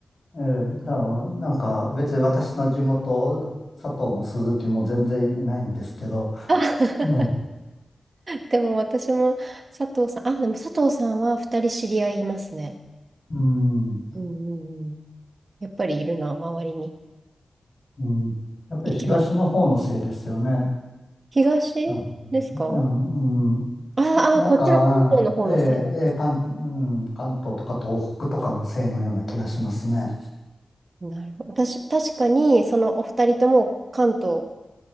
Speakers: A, on the left; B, on the right.
A: ええ、だからなんか別に私の地元、佐藤も鈴木も全然いないんですけど、
B: あ
A: ねえ、
B: でも私も佐藤さん、あ、でも佐藤さんは2人知り合いいますね。
A: うん、
B: うんうんうん。やっぱりいるな、周りに。
A: うん、やっぱり東の方のせいですよね。
B: 行きます。東
A: うん、
B: ですか
A: うん、うん
B: ああ、
A: なんか、
B: こっちの関東の方のせいなんです。
A: ええ、ええ、関、うん、関東とか東北とかのせいのような気がしますね。
B: なるほど。私、確かに、そのお二人とも関東